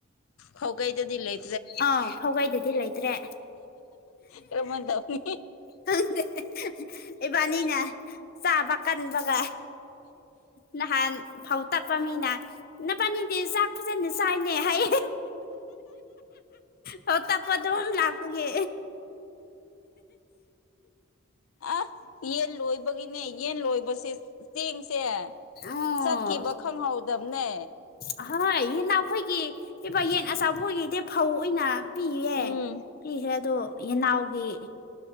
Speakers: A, on the left; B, on the left.
A: ꯐꯧꯒꯩꯗꯗꯤ ꯂꯩ
B: ꯑꯥ ꯐꯧꯒꯩꯗꯗꯤ ꯂꯩꯇ꯭ꯔꯦ
A: ꯀꯔꯝꯍꯥꯏꯅ ꯇꯧꯅꯤ
B: ꯈꯪꯗꯦ ꯏꯕꯥꯅꯤꯅ ꯆꯥꯕ ꯀꯟꯕꯒ ꯅꯍꯥꯟ ꯐꯧ ꯇꯛꯄ ꯃꯤꯅ ꯅꯕꯥꯅꯤꯗꯤ ꯆꯥꯛ ꯐꯖꯅ ꯆꯥꯏꯅꯦ ꯍꯥꯏꯌꯦ ꯐꯧ ꯇꯛꯄ ꯑꯗꯨꯝ ꯂꯥꯛꯄꯒꯤ
A: ꯑ ꯌꯦꯟ ꯂꯣꯏꯕꯒꯤꯅꯦ ꯌꯦꯟ ꯂꯣꯏꯕꯁꯦ ꯆꯦꯡꯁꯦ
B: ꯑꯣ
A: ꯆꯠꯈꯤꯕ ꯈꯪꯍꯧꯗꯕꯅꯦ
B: ꯑꯍꯣꯏ ꯍꯦꯟꯅ ꯑꯩꯈꯣꯏꯒꯤ ꯀ ꯌꯦꯟ ꯑꯆꯥꯎꯕ ꯈꯣꯏꯒꯤꯗꯤ ꯐꯧ ꯑꯣꯏꯅ ꯄꯤꯈ꯭ꯔꯦ
A: ꯎꯝ
B: ꯄꯤꯈ꯭ꯔꯦ ꯑꯗꯣ ꯌꯦꯅꯥꯎꯒꯤ